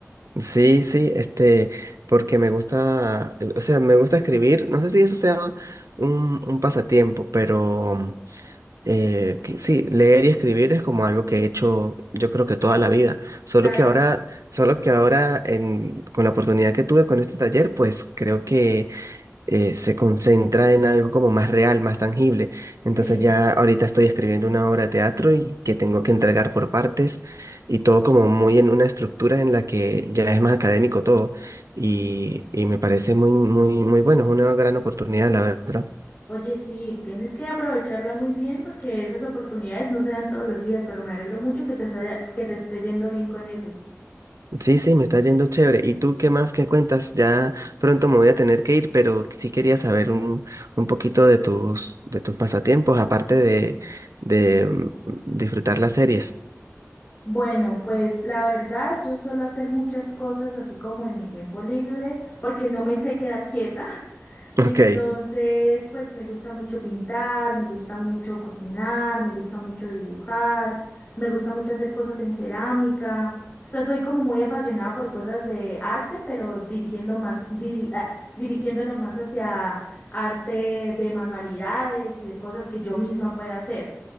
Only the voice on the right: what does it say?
Sí, sí, este, porque me gusta, o sea, me gusta escribir. No sé si eso sea un, un pasatiempo, pero eh, que sí, leer y escribir es como algo que he hecho, yo creo que toda la vida. Solo
que ahora, solo que ahora en, con la oportunidad que tuve con este taller, pues creo que eh, se concentra en algo como más real, más tangible. Entonces
ya ahorita estoy escribiendo una obra de teatro y que tengo que entregar por partes y todo como muy en una estructura en la que ya es más académico todo y, y me parece muy, muy, muy bueno, es una gran oportunidad, la verdad.
Sí, sí, me está yendo chévere. ¿Y tú qué más que cuentas? Ya pronto me voy a tener que ir, pero sí quería saber un, un poquito de tus, de tus pasatiempos, aparte de, de mm, disfrutar las series.
<laughs> Ok.